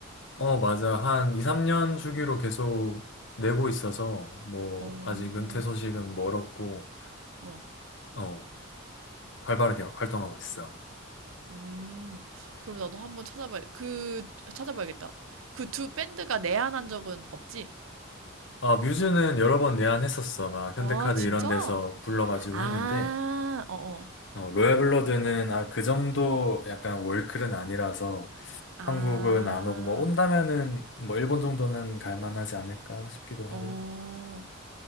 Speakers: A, on the left; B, on the right.
A: 어, 맞아. 한 2, 3년 주기로 계속 내고 있어서 뭐
B: 어,
A: 아직 은퇴 소식은 멀었고
B: 어,
A: 어, 활발하게 활동하고 있어.
B: 음. 그럼 나도 한 번 찾아봐야 그 찾아봐야겠다. 그 두 밴드가 내한한 적은 없지?
A: 아, 뮤즈는 여러 번 내한했었어. 막 현대카드
B: 와 진짜?
A: 이런 데서 불러가지고
B: 아,
A: 했는데
B: 어어.
A: 어, 로얄블러드는 아, 그 정도 약간 월클은 아니라서
B: 아,
A: 한국은 안 오고 뭐 온다면은 뭐 일본 정도는 갈만하지 않을까 싶기도 하고.
B: 어.